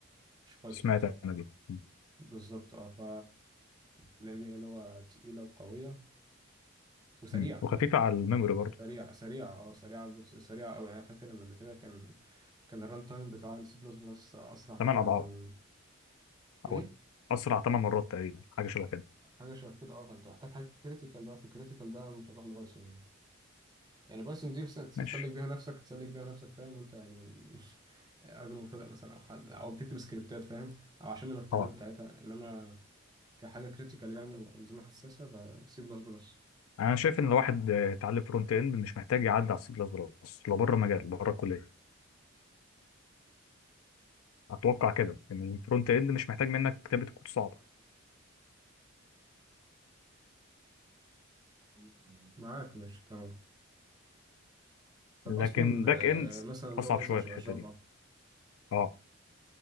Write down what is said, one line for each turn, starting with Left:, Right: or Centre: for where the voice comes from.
Right: مش بايثون
Left: سمعت انا دي م.
Right: بالظبط اه ف لأن هي لغة تقيلة وقوية وسريعة
Left: م. وخفيفة على الميموري برضه
Right: سريعة سريعة اه سريعة بس- سريعة أوي يعني أنا فاكر إن قبل كده كان كان الران تايم بتاع السي بلس بلس أسرع تقريبا
Left: ثمان اضعاف
Right: من إيه؟
Left: او اسرع ثمان مرات تقريبا حاجة شبه كده
Right: حاجه شبه كده اه فانت محتاج حاجه كريتيكال بقى في الكريتيكال ده مش هتروح لبايثون يعني يعني بايثون دي بس تسلك
Left: ماشي
Right: بيها نفسك تسلك بيها نفسك فاهم وانت يعني <laughs> راجل مبتدئ مثلا او حد او بتكتب سكريبتات فاهم او عشان المكتبات
Left: اه
Right: بتاعتها انما كحاجه كريتيكال يعني وانظمه حساسه بسي بلس بلس
Left: انا شايف ان الواحد آه، يتعلم فرونت اند مش محتاج يعدي على السي بلس بلس لو بره مجال بره الكلية اتوقع كده ان الفرونت اند مش محتاج منك كتابه كود صعبه
Right: ممكن معاك ماشي تمام طب
Left: لكن
Right: اصلا
Left: باك
Right: آه،
Left: اند
Right: مثلا لغه
Left: اصعب
Right: مثلا
Left: شويه
Right: شبه
Left: في الحته
Right: جافا
Left: دي اه